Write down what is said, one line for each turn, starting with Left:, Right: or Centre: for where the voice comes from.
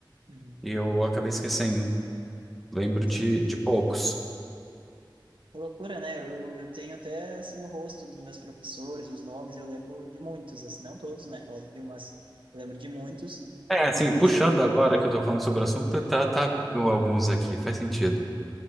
Right: Uhum.
Centre: e eu acabei esquecendo. Lembro
Right: Entendi.
Centre: de, de poucos.
Right: Que Loucura, né? Eu, eu tenho até, assim, o rosto dos meus professores, os nomes, eu lembro de muitos, assim, não todos, né? Óbvio, mas eu lembro de muitos.
Centre: É, assim,
Right: Mas
Centre: puxando agora que eu tô falando sobre o assunto, tá, tá vindo alguns aqui, faz sentido.